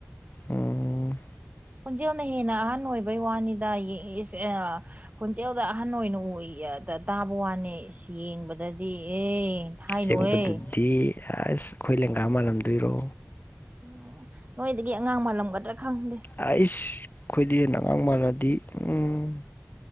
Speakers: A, on the left; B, on the right.
A: ꯎꯝ
B: ꯈꯣꯟꯖꯦꯜꯅ ꯍꯦꯟꯅ ꯑꯍꯟ ꯑꯣꯏꯕꯩ ꯋꯥꯅꯤꯗ ꯏꯁ ꯑꯥ ꯈꯣꯟꯖꯦꯜꯅ ꯑꯍꯟ ꯑꯣꯏꯅ ꯎ ꯇꯥꯕꯩ ꯋꯥꯅꯦ ꯌꯦꯡꯕꯗꯗꯤ ꯑꯦ ꯍꯥꯏꯅꯨꯍꯦ
A: ꯌꯦꯡꯕꯗꯗꯤ ꯑꯁ ꯑꯩꯈꯣꯏ ꯂꯦꯡꯒ ꯃꯥꯜꯂꯝꯗꯣꯏꯔꯣ
B: ꯎꯝ ꯅꯣꯏꯗꯒꯤ ꯑꯉꯥꯡ ꯃꯥꯜꯂꯝꯒꯗ꯭ꯔꯥ ꯈꯪꯗꯦ
A: ꯑꯥꯏꯁ ꯑꯈꯣꯏꯗꯩ ꯍꯦꯟꯅ ꯑꯉꯥꯡ ꯃꯥꯜꯂꯗꯤ ꯎꯝ